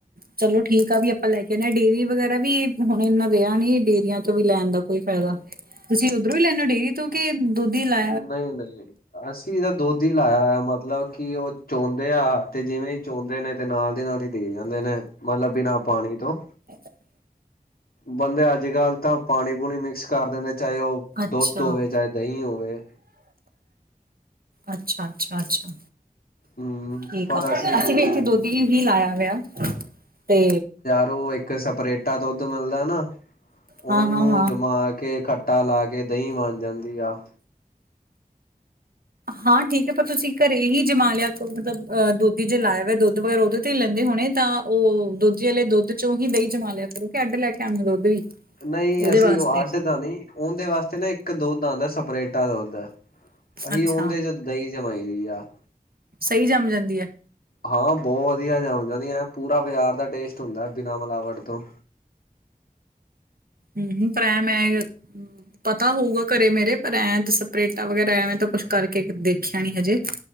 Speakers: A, on the right (about 75°); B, on the left (about 75°).
A: ਚਲੋ ਠੀਕ ਆ, ਵੀ ਆਪਾਂ ਲੈ ਕੇ ਨੀ ਆਏ, ਡੇਅਰੀ ਵਗੈਰਾ ਵੀ ਹੁਣ ਇਨਾ ਰਿਹਾ ਨੀ ਡੇਅਰੀਆਂ ਤੋਂ ਵੀ ਲੈਣ ਦਾ ਕੋਈ ਫਾਇਦਾ। ਤੁਸੀਂ ਉਧਰੋਂ ਲੈਂਦੇ ਡੇਰੀ ਕਿਉਂਕਿ ਦੁੱਧ ਲੱ
B: ਨਹੀਂ-ਨਹੀਂ, ਅਸੀਂ ਤਾਂ ਦੁੱਧ ਹੀ ਲਾਇਆ ਹੋਇਆ ਮਤਲਬ ਕਿ ਉਹ ਚੋਂਦੇ ਆ ਤੇ ਜਿਵੇਂ ਚੋਂਦੇ ਨੇ ਤੇ ਨਾਲ ਦੀ ਨਾਲ ਹੀ ਦੇ ਜਾਂਦੇ ਨੇ ਮਤਲਬ ਬਿਨਾਂ ਪਾਣੀ ਤੋਂ।
A: ਅੱ <unintelligible>
B: ਬੰਦੇ ਅੱਜ-ਕੱਲ੍ਹ ਤਾਂ ਪਾਣੀ-ਪੂਣੀ ਮਿਕਸ ਕਰ ਦਿੰਦੇ, ਚਾਹੇ ਉਹ
A: ਅੱਛਾ
B: ਦੁੱਧ ਹੋਵੇ, ਚਾਹੇ ਦਹੀਂ ਹੋਵੇ।
A: ਅੱਛਾ-ਅੱਛਾ-ਅੱਛਾ।
B: ਹਮ
A: ਠੀਕ
B: ਪਰ
A: ਆ, ਅਸੀਂ
B: ਜਿਵੇਂ
A: ਵੀ ਇੱਥੇ ਦੁਧ ਹੀ ਲਾਇਆ ਹੋਆ ਤੇ
B: ਉਹ ਇੱਕ ਸਪਰੇਟਾ ਦੁੱਧ ਮਿਲਦਾ ਨਾ ਉਹਨੂੰ
A: ਹਾਂ ਹਾਂ ਹਾਂ
B: ਜਮਾ ਕੇ ਖਟ ਖਟਾ ਲਾਕੇ ਦਹੀਂ ਬਣ ਜਾਂਦੀ ਆ।
A: ਹਾਂ, ਠੀਕ ਹੈ ਪਰ ਤੁਸੀਂ ਘਰੇ ਹੀ ਜਮਾ ਲਿਆ ਮਤਲਬ ਅਹ ਦੁੱਧ ਜੇ ਲਾਇਆ ਹੋਵੇ ਦੁੱਧ ਵਗੈਰਾ ਉਹਦੇ ਤੇ ਹੀ ਲੈਂਦੇ ਹੋਣੇ ਤਾਂ ਉਹ ਦੁਜਿਆਂ ਦੁੱਧ ਵਾਲੇ ਦੁੱਧ ਚੋਂ ਹੀ ਦਹੀਂ ਜਮਾ ਲਿਆ ਕਰਿਰੋ ਕਿ ਅੱਡ ਲੈ ਕੇ ਆਉਂਦੇ ਹੋ ਦੁੱਧ ਵੀ
B: ਨਹੀਂ,
A: ਉਹਦੇ
B: ਅਸੀਂ
A: ਵਾਸਤੇ
B: ਉਹ ਅੱਡ ਤਾਂ ਨਹੀਂ ਉਹਦੇ ਵਾਸਤੇ ਨਾ ਇੱਕ ਦੁਧ ਆਦਾ ਸਪਰੇ ਚਲ ਉਧਰ ਅਸੀਂ
A: ਅੱਛਾ
B: ਉਹਦੇ ਚ ਦਹੀਂ ਜਮਾਈ ਵੀਆ।
A: ਸਹੀ ਜੰਮ ਜਾਂਦੀ ਹੈ।
B: ਹਾਂ, ਬਹੁਤ ਵਧੀਆ ਜਮ ਜਾਂਦੀਆਂ ਪੂਰਾ ਬਾਜ਼ਾਰ ਦਾ ਟੇਸਟ ਹੁੰਦਾ ਬਿਨਾਂ ਮਿਲਾਵਟ ਤੋਂ
A: ਹੂੰ-ਹੂੰ, ਪ੍ਰੈਮਹੈ। ਪਤਾ ਹੋਊਗਾ ਘਰੇ ਮੇਰੇ ਪਰ ਐਂ ਸਪਰੇਟਾ ਵਗੈਰਾ ਐਵੇਂ ਤਾਂ ਕੁਛ ਕਰਕੇ ਦੇਖਿਆ ਨੀ ਹਜੇ।